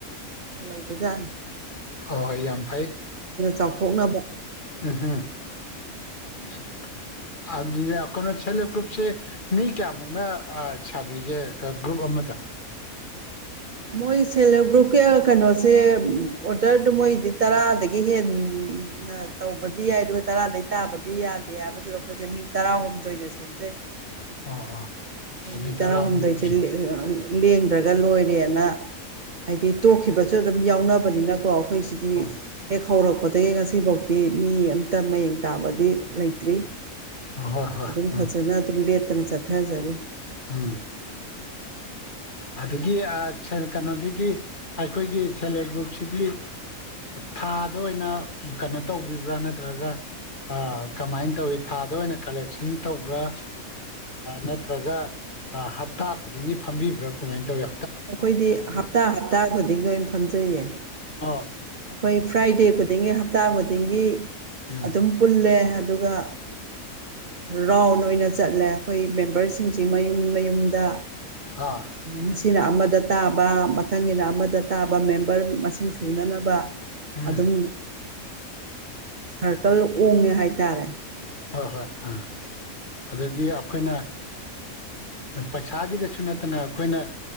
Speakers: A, on the right; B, on the left.
A: ꯂꯩꯥꯕꯖꯥꯠꯅꯤ
B: ꯍꯣ ꯍꯣꯏ ꯌꯥꯝ ꯐꯩ
A: ꯆꯥꯎꯊꯣꯛꯅꯕ
B: <unintelligible> ꯑꯗꯨꯗꯤ ꯑ ꯀꯩꯅꯣ ꯁꯦꯜꯐ ꯍꯦꯜꯞ ꯒ꯭ꯔꯨꯞꯁꯦ ꯃꯤ ꯀꯌꯥꯃꯨꯛꯅ ꯑ ꯁꯥꯕꯤꯒꯦ ꯑ ꯒ꯭ꯔꯨꯞ ꯑꯃꯗ
A: ꯃꯣꯏ ꯁꯦꯜꯐ ꯍꯦꯜꯞ ꯒ꯭ꯔꯨꯞꯀꯤ ꯀꯩꯅꯣꯁꯦ ꯑꯣꯗꯔꯗꯨ ꯃꯣꯏꯗꯤ ꯇꯔꯥꯗꯒꯤ ꯍꯦꯟ ꯑ ꯇꯧꯕꯗꯤ ꯌꯥꯏ ꯑꯗꯨꯒ ꯇꯔꯥꯗꯩ ꯇꯥꯕꯗꯤ ꯌꯥꯗꯦ ꯍꯥꯏꯕꯗꯨꯗ ꯑꯈꯣꯏꯖꯦ ꯃꯤ ꯇꯔꯥꯍꯨꯝꯗꯣꯏꯅ ꯁꯦꯝꯖꯩ
B: ꯑꯣ
A: ꯑꯩꯈꯣꯏ
B: ꯑꯣ
A: ꯃꯤ
B: ꯇꯔꯥꯍꯨꯝꯗꯣꯏ
A: ꯇꯔꯥꯍꯨꯝꯗꯣꯏꯁꯦ <unintelligible> ꯂꯦꯡꯗ꯭ꯔꯒ ꯂꯣꯏꯔꯦꯅ ꯍꯥꯏꯗꯤ ꯇꯣꯛꯈꯤꯕꯁꯨ ꯑꯗꯨꯝ ꯌꯥꯎꯅꯕꯅꯤꯅꯀꯣ ꯑꯈꯣꯏꯁꯤꯗꯤ
B: ꯑꯣ
A: ꯍꯦꯛ ꯍꯧꯔꯛꯄꯗꯒꯤ ꯉꯁꯤꯐꯥꯎꯗꯤ ꯃꯤ ꯑꯃꯝꯇ ꯃꯌꯦꯡ ꯇꯥꯕꯗꯤ ꯂꯩꯇ꯭ꯔꯤ
B: ꯍꯣꯏ ꯍꯣꯏ
A: ꯑꯗꯨꯝ
B: ꯎꯝ
A: ꯐꯖꯅ ꯑꯗꯨꯝ ꯂꯦꯞꯇꯅ ꯆꯠꯊꯖꯔꯤ
B: ꯎꯝ ꯑꯗꯨꯒꯤ ꯑꯥ ꯁꯥꯔ ꯀꯩꯅꯣꯗꯨꯒꯤ ꯑꯩꯈꯣꯏꯒꯤ ꯁꯦꯜꯐ ꯍꯦꯜꯞ ꯒ꯭ꯔꯨꯞꯁꯤꯗꯤ ꯊꯥꯗ ꯑꯣꯏꯅ ꯀꯩꯅꯣ ꯇꯧꯕꯤꯕ꯭ꯔꯥ ꯅꯠꯇ꯭ꯔꯒ ꯀꯃꯥꯏꯅ ꯇꯧꯋꯤ ꯊꯥꯗ ꯑꯣꯏꯅ ꯀꯂꯦꯛꯁꯟ ꯇꯧꯕ꯭ꯔꯥ ꯅꯠꯇ꯭ꯔꯒ ꯍꯞꯇꯥ ꯈꯨꯗꯤꯡꯒꯤ ꯐꯝꯕꯤꯕ꯭ꯔꯥ ꯀꯃꯥꯏꯅ ꯇꯧꯏ
A: ꯑꯩꯈꯣꯏꯗꯤ ꯍꯞꯇꯥ ꯍꯞꯇꯥ ꯈꯨꯗꯤꯡꯒꯤ ꯑꯣꯏꯅ ꯐꯝꯖꯩꯌꯦ
B: ꯑꯥ
A: ꯑꯩꯈꯣꯏ ꯐ꯭ꯔꯥꯏꯗꯦ ꯈꯨꯗꯤꯡꯒꯤ ꯍꯞꯇꯥ ꯈꯨꯗꯤꯡꯒꯤ
B: ꯎꯝ
A: ꯑꯗꯨꯝ ꯄꯨꯜꯂꯦ ꯑꯗꯨꯒ ꯔꯥꯎ꯭ꯟ ꯑꯣꯏꯅ ꯆꯠꯂꯦ ꯑꯩꯈꯣꯏ ꯃꯦꯝꯕꯔꯁꯤꯡꯁꯤ ꯃꯌꯨꯝ ꯃꯌꯨꯝꯗ
B: ꯑꯥ
A: ꯉꯅ ꯑꯃꯗ ꯇꯥꯕ ꯃꯊꯪꯒꯤꯅ ꯑꯃꯗ ꯇꯥꯕ ꯃꯦꯝꯕꯔ ꯃꯁꯤꯡ ꯁꯨꯅꯅꯕ ꯕꯥ
B: ꯎꯝ
A: ꯑꯗꯨꯝ ꯁꯥꯔꯀꯜ ꯎꯡꯉꯦ ꯍꯥꯏꯇꯥꯔꯦ
B: ꯍꯣꯏ ꯍꯣꯏ ꯑꯥ ꯑꯗꯒꯤ ꯑꯩꯈꯣꯏꯅ ꯄꯩꯁꯥꯒꯤꯗꯁꯨ ꯅꯠꯇꯅ ꯑꯩꯈꯣꯏꯅ